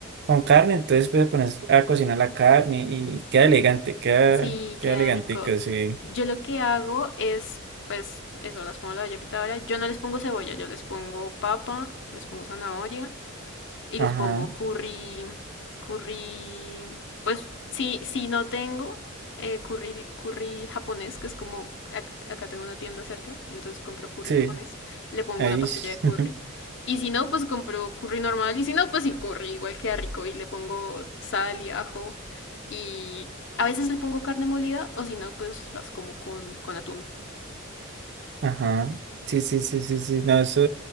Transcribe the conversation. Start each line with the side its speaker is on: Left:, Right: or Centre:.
Right: con carne, entonces pues pones a cocinar la carne y queda elegante, queda,
Left: Sí,
Right: queda
Left: queda
Right: elegantico,
Left: rico.
Right: sí,
Left: Yo lo que hago es, pues, eso, las pongo en la olla pitadora. Yo no les pongo cebolla, yo les pongo papa, les pongo zanahoria y
Right: ajá,
Left: les pongo curry, curry, pues si, si no tengo eh, curry, curry japonés, que es como acá tengo una tienda cerca, entonces compro curry
Right: sí.
Left: japonés, le pongo
Right: Ahí,
Left: una pastilla
Right: s-
Left: de curry.
Right: <laughs>
Left: Y si no, pues compro curry normal. Y si no, pues sin curry, igual queda rico. Y le pongo sal y ajo. Y a veces le pongo carne molida. O si no, pues las como con, con atún.
Right: ajá. Sí, sí, sí, sí, sí. No, eso,